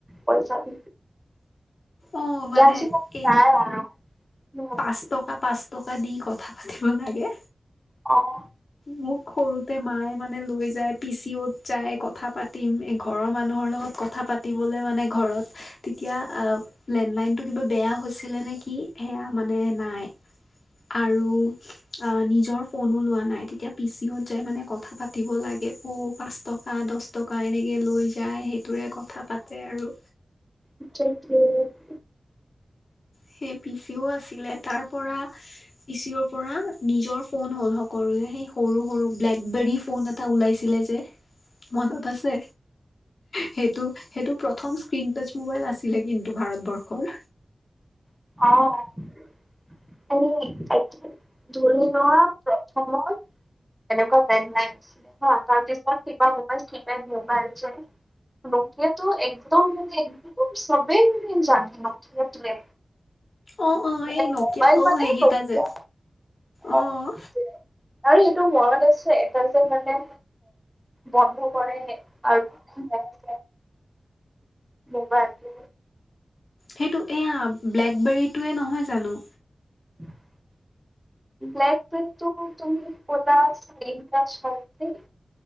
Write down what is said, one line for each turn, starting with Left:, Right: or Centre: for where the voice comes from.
Centre: পইচাটো।
Left: অ'
Centre: এতিয়া
Left: মানে
Centre: নাই
Left: এই
Centre: আৰু
Left: পাঁচ টকা, পাঁচ টকা দি কথা পাতিব লাগে।
Centre: অ',
Left: মোক সৰুতে মায়ে মানে লৈ যায় পিচিঅত যায় কথা পাতিম। ঘৰৰ মানুহৰ লগত কথা পাতিবলে মানে ঘৰত তেতিয়া আহ, লেণ্ডলাইনতটো কিবা বেয়া হৈছিলে নে কি? সেয়া মানে নাই। আৰু অ নিজৰ ফোনো লোৱা নাই। তেতিয়া পিচিওত যাই মানে, কথা পাতিব লাগে অ, পাঁচ টকা। বা দছ টকা এনেকৈ লৈ যায়, সেইটোৰে কথা পাতে আৰু।
Centre: দেৎ তেৰি <unintelligible>
Left: সেই পিচিঅ আছিলে তাৰ পৰা পিচিঅৰ পৰা নিজৰ ফোন হ'ল সকলোৰে। সেই সৰু-সৰু ব্লেকবেৰী ফোন এটা ওলাইছিলে যে। মনত আছে সেইটো। সেইটো প্ৰথম স্ক্ৰীন টাচ মোবাইল আছিলে কিন্তু ভাৰতবৰ্ষৰ।
Centre: অ', এনে এক ধৰি লোৱা প্ৰথমত। এনেকুৱা লেনলাইন আছিল, তাৰ পিছত কিবা মবাইল, কিপেদ মোবাইল যে। নকিয়টো একদম মানে এক সবেই মানে জানে সেয়টোয়ে।
Left: অ', অ',
Centre: মানে
Left: এই নকিয়া
Centre: মবাইল
Left: অ'
Centre: মানে
Left: সেইকেইটা
Centre: নকীয়া।
Left: যে অ'।
Centre: আৰু এইটো মনত আছে, এটা যে মানে বন্ধ কৰে আৰু খোলে। ম'বাইলটো।
Left: সেইটো এয়া ব্লেকবেৰীটোৱে নহয় জানো।
Centre: <inaudible> ব্লাক বেৰিটো তুমি ক'লা চেনা শাৰট দ